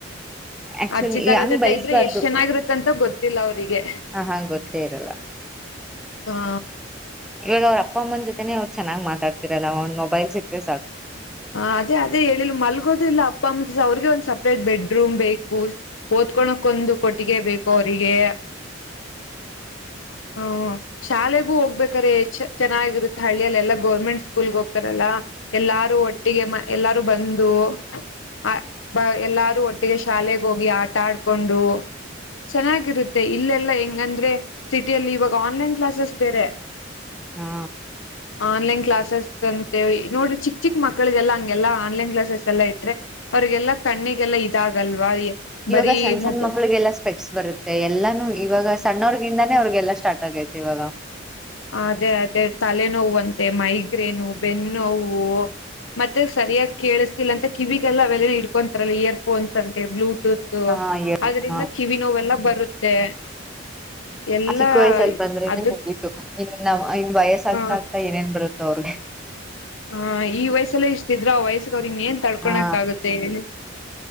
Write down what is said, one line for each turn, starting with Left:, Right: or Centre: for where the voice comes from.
Centre: ಆಕ್ಚುಲಿ
Left: ಅಜ್ಜಿ ತಾತ
Centre: ಹಂಗ್
Left: ಜೊತೆ
Centre: ಬೆಳೆಸ್ಬಾರ್ದು
Left: ಇದ್ರೆ ಎಷ್ಟ್ ಚೆನ್ನಾಗಿರುತ್ತಂತ ಗೊತ್ತಿಲ್ಲ ಅವರಿಗೆ
Centre: ಹ ಹಾ ಗೊತ್ತೇ ಇರಲ್ಲ
Left: ಹಾ
Centre: ಇವಾಗ ಅವ್ರ ಅಪ್ಪ ಅಮ್ಮನ ಜೊತೆನೆೇ ಚೆನ್ನಾಗಿ ಮಾತಾಡ್ತಿರಲ್ಲ ಒಂದ್ ಮೊಬೈಲ್ ಸಿಕ್ಕರೆ ಸಾಕು
Left: ಹ ಅದೇ ಅದೇ ಹೇಳ ಮಲ್ಗೋದಿಲ್ಲ ಅಪ್ಪ ಅಂಗ ಅವ್ರಿಗೆ ಒಂದ್ ಸಪ್ರೇಟ್ ಬೆಡ್ರೂಮ್ ಬೇಕು ಓದ್ಕೋಳಕ್ ಒಂದು ಕೊಟ್ಟಿಗೆ ಬೇಕು ಅವ್ರಿಗೆ ಹ ಶಾಲೆಗೂ ಹೋಗ್ಬೇಕಾರೆೆ ಚೆನ್ನಾಗಿರುತ್ತೆ ಹಳ್ಳಿಯಲ್ಲಿ ಎಲ್ಲಾ ಗೌರ್ಮೆಂಟ್ ಸ್ಕೂಲ್ಗ್ ಹೋಗ್ತಾರಲ್ಲಾ ಎಲ್ಲಾರೂ ಒಟ್ಟಿಗೆ ಎಲ್ಲಾರು ಬಂದು ಅ ಎಲ್ಲಾರು ಒಟ್ಟಿಗೆ ಶಾಲೆಗೆ ಹೋಗಿ ಆಟ ಆಡ್ಕೊಂಡು ಚೆನ್ನಾಗಿರುತ್ತೆ ಇಲ್ಲೆಲ್ಲ ಹೆಂಗಂದ್ರೆ ಸಿಟಿಯಲ್ಲಿ ಇವಾಗ ಆನ್ಲೈನ್ ಕ್ಲಾಸಸ್ ಬೇರೆ
Centre: ಹಾ
Left: ಆನ್ಲೈನ್ ಕ್ಲಾಸಸ್ ಅಂತೆ ನೋಡಿ ಚಿಕ್ ಚಿಕ್ ಮಕ್ಳು ಮಕ್ಕಳಿಗೆಲ್ಲ ಹಂಗೆಲ್ಲಾ ಆನ್ಲೈನ್ ಕ್ಲಾಸಸ್ ಎಲ್ಲ ಇಟ್ಟ್ರೆ ಅವ್ರರಿಗೆಲ್ಲ ಕಣ್ಣಿಗೆಲ್ಲ ಇದಾಗಲ್ವಾ
Centre: ಇವಾಗ
Left: ಬರೀ
Centre: ಸಣ್ಣ ಸಣ್ಣ
Left: ಮೊಬೈಲ್
Centre: ಮಕ್ಳಿಗೆಲ್ಲ ಸ್ಪೆಕ್ಸ್ ಬರುತ್ತೆ ಎಲ್ಲಾನು ಇವಾಗ ಸಣ್ಣವ್ರಿಗೆ ನಿಮ್ಮನೆ ಅವ್ರಿಗೆಲ್ಲ ಸ್ಟಾರ್ಟ್ ಆಗೈತೆ ಇವಾಗ
Left: ಅದೇ ಅದೇ ತಲೆನೋವು ಅಂತೆ ಮೈಗ್ರೇನು ಬೆನ್ನು ನೋವು ಮತ್ತೆ ಸರಿಯಾಗಿ ಕೇಳಿಸ್ತಿಲ್ಲ ಅಂತ ಕಿವಿಗೆಲ್ಲ ಅವೆಲ್ಲ ಇಡ್ಕೊತಾರಲ್ಲ ಇಯರ್ಫೋನ್ಸ್ ಅಂತೆ ಬ್ಲೂಟೂತ್ <unintelligible>
Centre: ಹಾ
Left: ಅದರಿಂದ
Centre: ಹಾ
Left: ಕಿವಿ ನೋವೆಲ್ಲ ಬರುತ್ತೆ ಎಲ್ಲಾ
Centre: ಆ ಚಿಕ್ಕ ವಯಸ್ಸಲ್ಲಿ ಬಂದ್ರೆನೆ
Left: ಅದು
Centre: ಹಂಗಿಇತ್ತು ಇನ್ ಇನ್ ವಯಸ್ಸ ಆಗ್
Left: ಹ
Centre: ಆಗ್ತಾ ಏನೇನ್ ಬರುತ್ತೆ ಅವ್ರಿಗೆ
Left: ಹ ಈ ವಯಸ್ಸಲ್ಲ ಇಷ್ಟಿದ್ರು ಆ ವಯಸ್ಸ ಅವ್ರಂಗ ಏನ್ ತಡ್ಕೊಳಕ್
Centre: ಹಾ
Left: ಆಗುತ್ತೆ ಹೇಳಿ